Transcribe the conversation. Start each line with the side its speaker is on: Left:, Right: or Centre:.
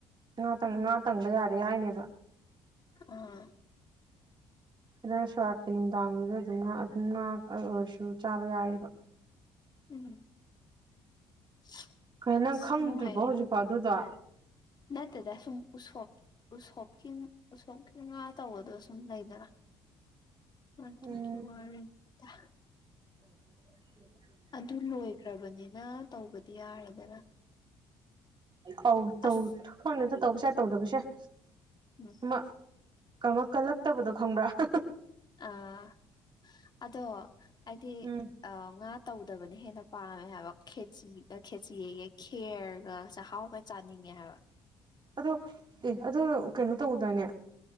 Right: ꯉꯥꯇꯪ
Left: ꯎꯝ
Right: ꯉꯥ ꯇꯪꯕ ꯌꯥꯔꯦ ꯍꯥꯏꯅꯦꯕ
Left: ꯑꫭ
Right: ꯑꯗꯨꯗ ꯁꯣꯔꯠꯀꯤ ꯅꯨꯡꯗꯥꯡꯗꯨꯗ ꯑꯗꯨꯝ ꯉꯥ ꯑꯗꯨꯝ ꯉꯥ ꯑꯣꯏꯔꯁꯨ ꯆꯥꯕ ꯌꯥꯔꯦꯕ
Left: ꯎꯝ <unintelligible>
Right: ꯀꯩꯅꯣ ꯅꯪ
Left: ꯑꯁ
Right: ꯈꯪꯗ꯭ꯔꯤꯕꯣ
Left: ꯅꯨꯡꯉꯥꯏꯌꯦ
Right: ꯍꯧꯖꯤꯛꯐꯥꯎ ꯑꯗꯨꯗꯣ
Left: ꯅꯠꯇꯦꯗ ꯁꯨꯝ ꯎꯁꯣꯞ ꯎꯁꯣꯞꯀꯤ ꯎꯁꯣꯞꯀꯤ ꯉꯥ ꯇꯧꯕꯗꯣ ꯁꯨꯝ ꯂꯩꯗꯅ ꯑꯗꯨꯒꯤ
Right: ꯎꯝ
Left: ꯋꯔꯤꯅꯤ ꯗ
Right: <inaudible>
Left: ꯑꯗꯨ ꯂꯣꯏꯈ꯭ꯔꯕꯅꯤꯅ ꯇꯧꯕꯗꯤ ꯌꯥꯔꯦꯗꯅ
Right: ꯑꯧ ꯇꯧ
Left: ꯑꯁ
Right: ꯈꯟꯗꯦꯗ ꯇꯧꯕꯁꯨ ꯌꯥꯏ ꯇꯧꯗꯕꯁꯨ ꯌꯥꯢ
Left: ꯎꯝ
Right: ꯑꯃ ꯀꯃ ꯀꯜꯂꯛꯇꯕꯗꯣ ꯈꯪꯕ꯭ꯔꯥ <unintelligible>
Left: ꯑꯥ ꯑꯗꯣ ꯑꯩꯗꯤ
Right: ꯎꯝ
Left: ꯑ ꯉꯥ ꯇꯧꯗꯕꯅ ꯍꯦꯟꯅ ꯄꯥꯝꯃꯦ ꯍꯥꯏꯕ ꯈꯦꯆꯤ ꯈꯦꯆꯤ ꯑꯌꯦ ꯈꯦꯔꯒ ꯆꯥꯛꯍꯥꯎꯒ ꯆꯥꯅꯤꯡꯉꯦ ꯍꯥꯏꯕ
Right: ꯑꯗꯣ ꯑꯦ ꯑꯗꯣ ꯀꯩꯅꯣ ꯇꯧꯗꯥꯏꯅꯦ